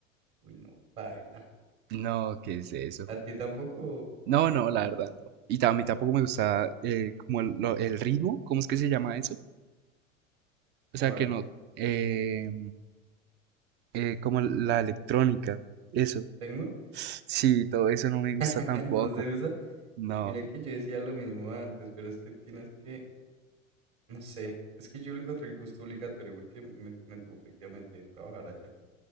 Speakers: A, on the right; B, on the right.
A: Uy, no, baila.
B: No, ¿qué es eso?
A: ¿A ti tampoco?
B: No, no, la verdad no. Y ta- a mí tampoco me gusta eh, como el, lo- el ritmo, ¿cómo es que se llama eso?
A: ¿Cuál?
B: O sea, que no, eh, eh, como la electrónica, eso.
A: ¿Tecno?
B: Sí, todo eso no me gusta
A: <laughs>
B: tampoco.
A: No se usa.
B: No,
A: Yo- mira que yo decía lo mismo antes, pero es que tienes que, no sé, es que yo le encontré el gusto obligatorio porque me, me tuvo prácticamente trabajar allá.